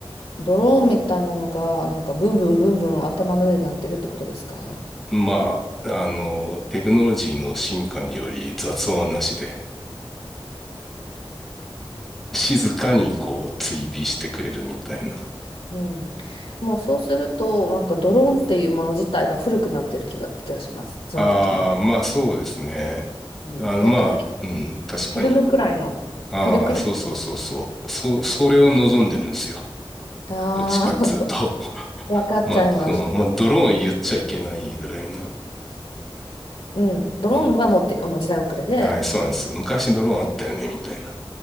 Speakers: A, on the left (about 85°); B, in the centre.
A: ドローンみたいなのが、なんかブンブンブンブン頭の上で鳴ってるってことですか
B: まあ、あの、テクノロジーの進化により雑音はなしで、静かにこう追尾してくれるみたいな。
A: うん。もうそうすると、なんかドローンっていうもの自体が古くなってる気が、気がします。その時に。
B: ああ、まあそうですね。
A: うん。
B: あの、
A: なんかフィ、
B: まあ、うん、確かに。
A: フィルムくらいの、
B: ああ、
A: フィルクル、
B: そうそうそうそう。そ、それを望んでるんですよ。
A: ああ、
B: どっちかっつうと。
A: <laughs>
B: <laughs>
A: わかっちゃいました。
B: まあ、その、まあ、ドローン言っちゃいけないぐらいな。
A: うん。ドローンはもうて、
B: うん。
A: あの時代遅れで、
B: はい、そうなんです。昔ドローンあったよね、みたいな。